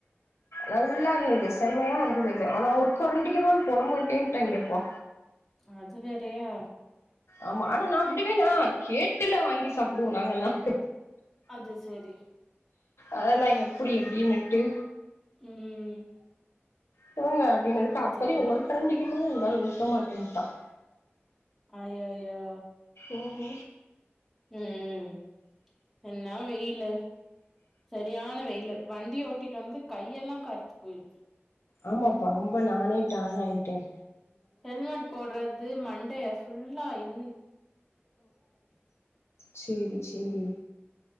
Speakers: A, on the left (about 85°); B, in the centre.
A: நல்லா இருந்தது செம்மையா இருந்தது ஆனா ஒருக்கரண்டிக்கி மேல போட மாட்டேய்ன்ட்டாங்கப்பா
B: அது வேறையா
A: ஆமா ஆனா நான் விடுவேணா கேட்டுல வாங்கி சாப்டுவம் நாங்கல்லாம்
B: அது சரி
A: அதல்லாம் எப்டி எப்டின்னுட்டு
B: உம்
A: குடுங்க அப்டினதுக்கு அப்பதே
B: சேரி
A: ஒரு கரண்டிக்குமேல <unintelligible> மாட்டேன்டான்
B: அய்யயோ
A: உம்
B: உம் என் ன வெயில் சரியான வெயிலு வண்டிய ஓட்டிட்டு வந்து கையெல்லாம் கருத்து போயிடுது
A: ஆமாப்பா ரொம்ப நானே டான் ஆயிட்டேன்
B: ஹெல்மெட் போட்றது மண்டே புள்ளாயின்
A: சேரி சேரி